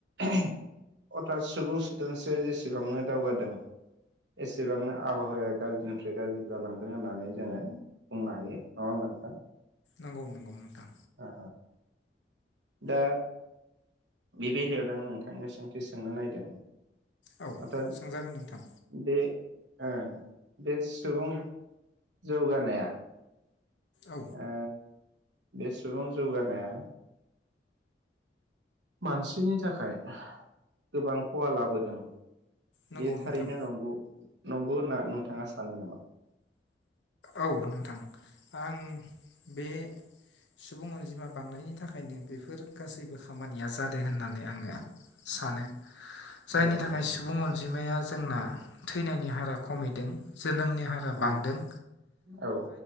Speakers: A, on the right; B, on the left.
A: अर्थात सुबुं सोदोमस्रिया जेसेबांनो दावगादों एसेबांनो आबहावाया गाज्रिनिफ्राय गाज्रि जालांदों होननानै जोङो बुंनो हायो नङा होमबा नोंथां
B: नंगौ नंगौ नोंथां
A: ओ दा बे बेलायावनो आं नोंथांनो सोंथि सोंनो नायदों <unintelligible>
B: औ सोंजागोन नोंथां
A: बे ओ बे सुबुं जौगानाया
B: औ
A: आ बे सुबुं जौगानाया मानसिनि थाखाय गोबां खहा लाबोदों
B: नंगौ
A: बे थारैनो
B: नोंथां
A: नंगौ नंगौ होनना नोंथाङा सानो नामा
B: औ नोंथां आं बे सुबुं अनजिमा बांनायनि थाखायनो बेफोर गासैबो खामानिया जादों होननानै आङो सानो जायनि
A: औ नंगौ
B: थाखाय
A: नोंथां
B: सुबुं अनजिमाया जोंना थैनायनि हारा खमिदों जोनोमनि हारा
A: उम
B: बांदों
A: औ